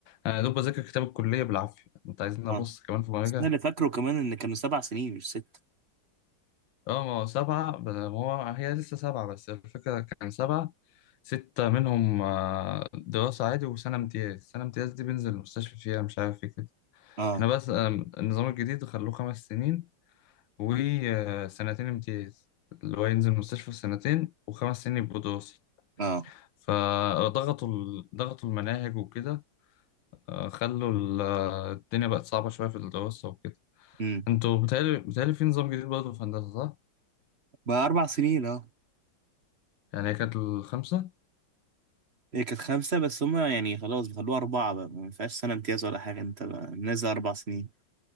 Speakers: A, on the left; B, on the right.
A: انا يا دوب بذاكر كتاب الكليه بالعافيه انت عايزين
B: اه
A: ابص كمان في مراجعه
B: بس انا اللي فاكره كمان ان كانوا سبع سنين مش ست
A: اه ما هو سبعه ب- هو هي لسه سبعه بس الفكره كان سبعه ستة منهم آه، دراسة عادي وسنة امتياز سنة امتياز دي بنزل المستشفى فيها مش عارف ايه كده
B: اه
A: احنا بس آم، النظام الجديد خلوه خمس سنين وسنتين امتياز اللي هو ينزل مستشفى سنتين وخمس سنين يبقوا دراسي
B: اه
A: فضغطوا ال- ضغطوا المناهج وكده آه، خلوا ال- آه، الدنيا بقت صعبة شوية في الدراسة وكده
B: امم
A: انتوا بتهيألي بتهيألي في نظام جديد برضه في هندسة صح؟
B: بقى اربع سنين اه
A: يعني هي كانت الخمسة
B: هي كانت خمسه بس هما يعني خلاص بيخلوها اربعه بقى ما فيهاش سنه امتياز ولا حاجه انت بقى نازل اربع سنين